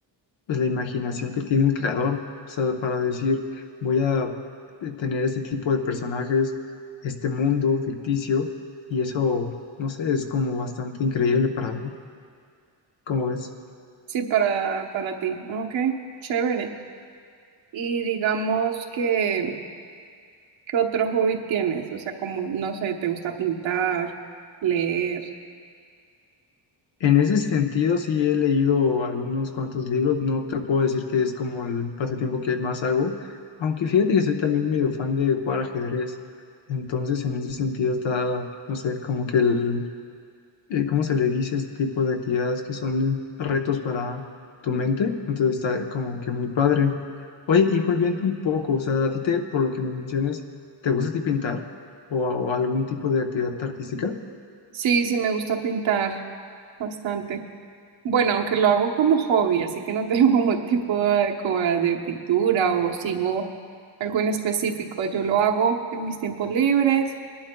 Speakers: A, on the left (about 70°); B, on the right (about 75°).
A: pues la imaginación que tiene el creador, o sea, para decir, voy a eh, tener este tipo de personajes, este mundo ficticio, y eso, no sé, es como bastante increíble para mí, ¿cómo ves?
B: Sí, para, para ti. Ok, chévere. Y digamos que, ¿qué otro hobby tienes? O sea, como, no sé, ¿te gusta pintar, leer?
A: En ese sentido, sí he leído algunos cuantos libros. No te puedo decir que es como el pasatiempo que más hago, aunque fíjate que soy también medio fan de jugar ajedrez. Entonces, en ese sentido está, no sé, como que el, eh, ¿cómo se le dice este tipo de actividades que son retos para tu mente? Entonces está como que muy padre. Oye, y volviendo un poco, o sea, a ti te, por lo que me mencionas, ¿te gusta a ti pintar o o algún tipo de actividad artística?
B: Sí, sí, me gusta pintar bastante. Bueno, aunque lo hago como hobby, así que no <laughs> tengo como tipo de, como de pintura o sigo algo en específico. Yo lo hago en mis tiempos libres